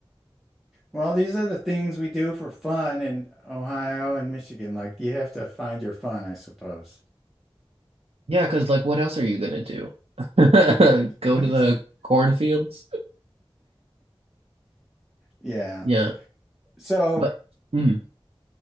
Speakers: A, in the centre; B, on the right.
A: Well, these are the things we do for fun in Ohio and Michigan. Like you have to find your fun, I suppose.
B: Yeah, because like, what else are you gonna do? <laughs> Go
A: <laughs>
B: to the cornfields?
A: Yeah.
B: Yeah,
A: So
B: but mm,